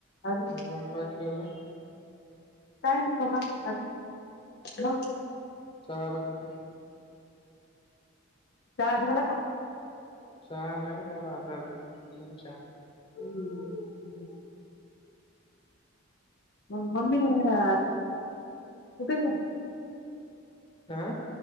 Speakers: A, on the left; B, on the left.
A: अजून
B: मंग बाकीअजुन.
A: काय न बाबा असच मग
B: चहा बाकी काय
A: चहा झाला का?
B: चहा नाही झाला आता अजून, घेईन चहा
A: हम्म हम्म मग मम्मी आ कुठे गेली?
B: हा.